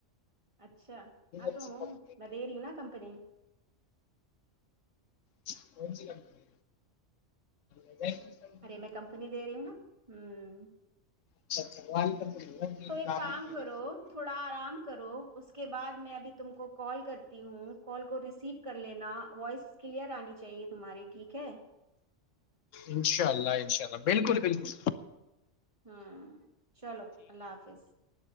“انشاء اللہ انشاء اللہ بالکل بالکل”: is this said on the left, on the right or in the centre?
Left